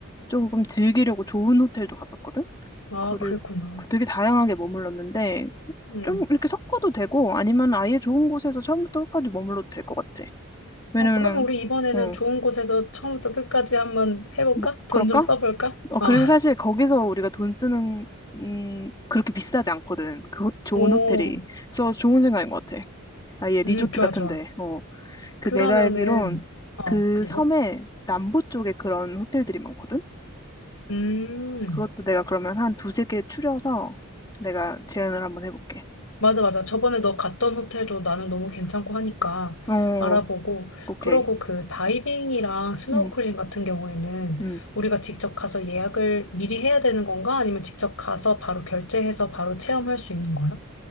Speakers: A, on the left (about 20°); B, on the left (about 80°).
A: 조금 즐기려고 좋은 호텔도 갔었거든.
B: 아
A: 그리고
B: 그랬구나.
A: 그 되게 다양하게 머물렀는데
B: 음.
A: 좀 이렇게 섞어도 되고 아니면 아예 좋은 곳에서 처음부터 끝까지 머물러도 될 것 같아. 왜냐면은
B: 어, 그러면 우리 이번에는
A: 어,
B: 좋은 곳에서 처음부터 끝까지 한번 해볼까?
A: 뭐
B: 돈
A: 그럴까?
B: 좀 써볼까?
A: 어
B: 어.
A: 그리고 사실 거기서 우리가 돈 쓰는 음 그렇게 비싸지 않거든. 그 호- 좋은
B: 오,
A: 호텔이. 그래서 좋은 생각인 것 같아. 아예 리조트
B: 음, 좋아,
A: 같은데.
B: 좋아.
A: 어. 그
B: 그러면은,
A: 내가 알기론 그
B: 어, 그리고?
A: 섬에 남부 쪽에 그런 호텔들이 많거든?
B: 음,
A: 그것도 내가 그러면 한 두세 개 추려서 내가 제안을 한번 해볼게.
B: 맞아, 맞아. 저번에 너 갔던 호텔도 나는 너무 괜찮고 하니까
A: 어,
B: 알아보고,
A: 오케이.
B: 그러고 그 다이빙이랑 스노우클링
A: 응,
B: 같은 경우에는
A: 응.
B: 우리가 직접 가서 예약을 미리 해야 되는 건가? 아니면 직접 가서 바로 결제해서 바로 체험할 수 있는 거야?